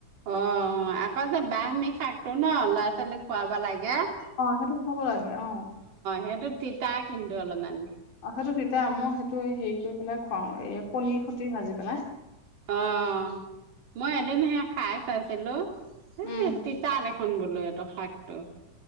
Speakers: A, on the right; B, on the left.
A: অ, আকৌ যে ব্ৰাহমি শাকটো ন ল'ৰা ছোৱালীক খুৱাব লাগে। অ',
B: সেইটো খুৱাব লাগে অ
A: সেইটো তিতা কিন্তু অলপমান।
B: অ', সেইটো তিতা, মই সেইটো এ হেৰি কৰি পেলাই খুৱাও এ কণী খতি ভাজি পেলাই।
A: অ', মই এদিন সেই খাই চাইছিলোঁ এ
B: উম
A: তিতা দেখখন বোলো এইটো শাকটো।